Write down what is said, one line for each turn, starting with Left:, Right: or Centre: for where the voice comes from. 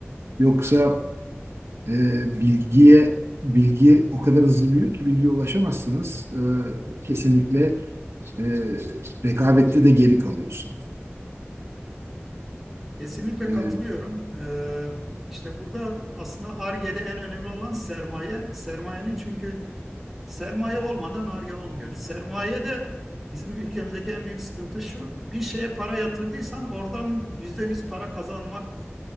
Right: Yoksa E, bilgiye bilgi o kadar hızlı büyüyor ki bilgiye ulaşamazsınız. E, kesinlikle e, rekabette de geri kalıyorsunuz.
Centre: Kesinlikle
Right: E,
Centre: katılıyorum. Ee, işte burada aslında Ar-Ge'de en önemli olan sermaye. Sermayenin çünkü Sermaye olmadan Ar-Ge olmuyor. Sermaye de bizim ülkemizdeki en büyük sıkıntı şu. Bir şeye para yatırdıysan oradan %100 para kazanmak